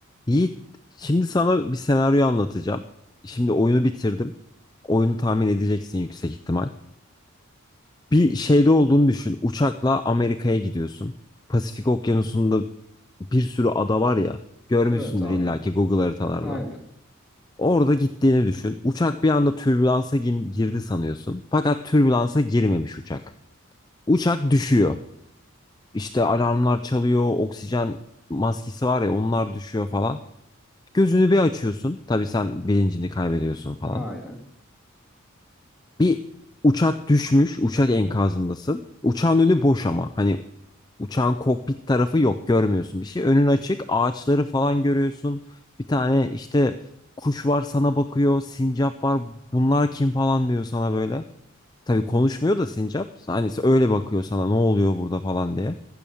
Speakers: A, on the left; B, in the centre.
A: Yiğit, şimdi sana bir senaryo anlatacağım. Şimdi oyunu bitirdim. Oyunu tahmin edeceksin yüksek ihtimal. Bir şeyde olduğunu düşün. Uçakla Amerika'ya gidiyorsun. Pasifik Okyanusu'nda bir sürü ada var ya. Görmüşsündür
B: Evet abi.
A: illaki Google haritalarda.
B: Aynen.
A: Orada gittiğini düşün. Uçak bir anda türbülansa gin- girdi sanıyorsun. Fakat türbülansa girmemiş uçak. Uçak düşüyor. İşte alarmlar çalıyor, oksijen maskesi var ya onlar düşüyor falan. Gözünü bir açıyorsun. Tabii sen bilincini kaybediyorsun falan.
B: Aynen.
A: Bir uçak düşmüş. Uçak enkazındasın. Uçağın önü boş ama. Hani uçağın kokpit tarafı yok. Görmüyorsun bir şey. Önün açık. Ağaçları falan görüyorsun. Bir tane işte kuş var sana bakıyor. Sincap var. Bunlar kim falan diyor sana böyle. Tabii konuşmuyor da sincap. Hani öyle bakıyor sana ne oluyor burada falan diye.